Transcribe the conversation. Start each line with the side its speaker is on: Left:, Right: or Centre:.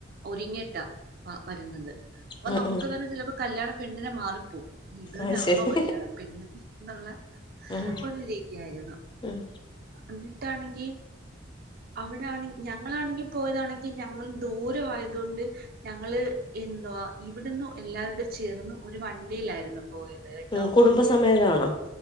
Right: ഒരുങ്ങിട്ടാ വ വരുന്നത്.
Left: ഉം
Right: അപ്പൊ നമുക്ക്
Left: ഉം
Right: തന്നെ ചിലപ്പോ കല്യാണ പെണ്ണിനെ മാറിപ്പോവും ഇത് തന്നാണോ
Left: അത് ശരി
Right: കല്യാണ പെണ്ണ് എന്നുള്ള
Left: ഉം
Right: ഒരു രീതിയായിരുന്നു
Left: ഉം
Right: എന്നിട്ടാണെങ്കി അവിടാണെ ഞങ്ങളാണെങ്കി പോയതാണെങ്കി ഞങ്ങൾ ദൂരവായതോണ്ട് ഞങ്ങള് എന്ന്തവാ ഇവിടുന്ന് എല്ലാരോടും ചേർന്ന് ഒരു വണ്ടിയിലായിരുന്നു പോയത് കേട്ടോ.
Left: ഉം കുടുംബസമേതാണോ